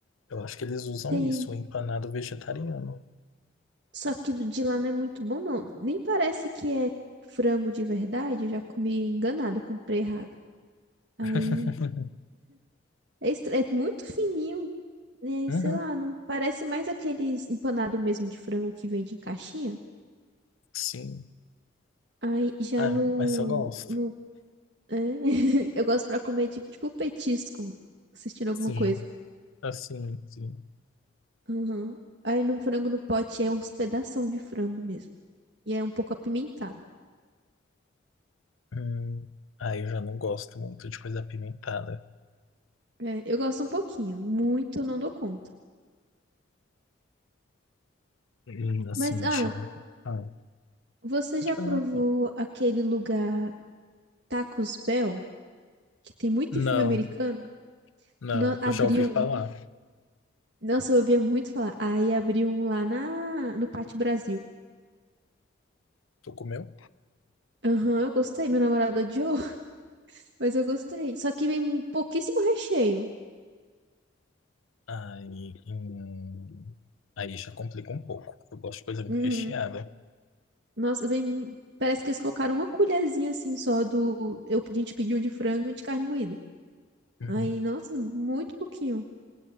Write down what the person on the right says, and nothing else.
Tem
Só que do de lá não é muito bom, não. Nem parece que é frango de verdade. Eu já comi enganado, eu comprei errado. Aí
é, estra- é muito fininho. né?
sei lá, não parece mais aqueles empanado mesmo de frango que vende em caixinha.
Aí já
no,
no é, <laughs> eu gosto pra comer de, tipo petisco, assistindo alguma
coisa.
Aham. Aí no frango no pote é uns pedação de frango mesmo. E é um pouco apimentado.
É, eu gosto um pouquinho, muito eu não dou conta.
Mas, ah,
Você
já
provou aquele lugar Tacos Bell, que tem muito
em filme americano?
No- abriu
um. Nossa, eu ouvia muito falar. Aí abriu um lá na, no Pátio Brasil.
Aham, eu gostei. Meu namorado odiou, <laughs> mas eu gostei. Só que vem pouquíssimo recheio.
Uhum.
Nossa, vem. Parece que eles colocaram uma colherzinha assim só do. Eu, a gente pediu um de frango e um de carne moída.
Aí, nossa, muito pouquinho.